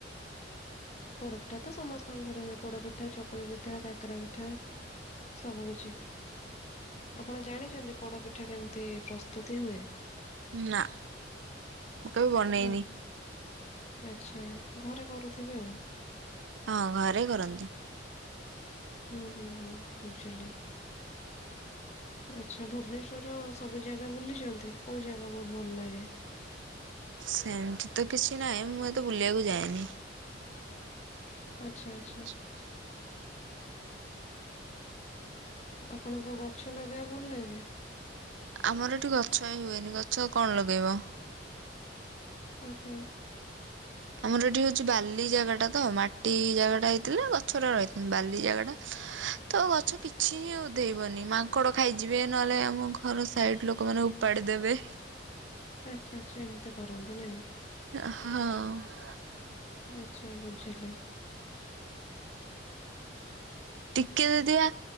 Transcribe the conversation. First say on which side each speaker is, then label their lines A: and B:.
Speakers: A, on the left; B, on the right.
A: ପୋଡପିଠା ତ ସମସ୍ତଙ୍କ ଘରେ ହୁଏ। ପୋଡ ପିଠା, ଚକୁଳି ପିଠା, କାକରା ପିଠା ସବୁ କିଛି। ଆପଣ ଜାଣିଛନ୍ତି ପୋଡପିଠା କେମିତି ପ୍ରସ୍ତୁତି ହୁଏ?
B: ନା। ମୁଁ କେବେ ବନେଇନି
A: ଓ ଆଚ୍ଛା ଘରେ କରୁଥିବେ ଆଉ।
B: ହଁ ଘରେ କରନ୍ତି।
A: ହୁଁ- ହୁଁ- ହୁଁ ବୁଝିଲି। ଆଚ୍ଛା ଭୁବନେଶ୍ଵରର ସବୁ ଜାଗା ବୁଲିଛନ୍ତି, କୋଉ ଜାଗା ବହୁତ ଭଲ ଲାଗେ?
B: ସେମିତି ତ କିଛି ନାହିଁ, ମୁଁ ଏତେ ବୁଲିବାକୁ ଯାଏନି।
A: ଆଚ୍ଛା ଆଚ୍ଛା।
B: ହ
A: ଆପଣଙ୍କୁ ଗଛ ଲଗେଇଆକୁ ଭଲ ଲାଗେ?
B: ଆମର ଏଠି ଗଛ ହିଁ ହୁଏନି, ଗଛ କଣ ଲଗେଇବ?
A: ଓ ହୋ।
B: ଆମର ଏଠି ହଉଛି ବାଲି ଜାଗାଟା ତ, ମାଟି ଜାଗାଟା ହେଇଥିଲା ଗଛଟା ରହି <unintelligible> ବାଲି ଜାଗାଟା ତ ଗଛ କିଛି ହିଁ ଉଧେଇବନି, ମାଙ୍କଡ ଖାଇଯିବେ ନହେଲେ ଆମ ଘର ସାଇଡ ଲୋକମାନେ ତାଡ଼ିଦେବେ।
A: ଆଚ୍ଛା ଆଚ୍ଛା ଏମିତି କରନ୍ତି ନା।
B: ହଁ
A: ଆଚ୍ଛା ବୁଝିଲି
B: ଟିକେ ଯଦି ଆ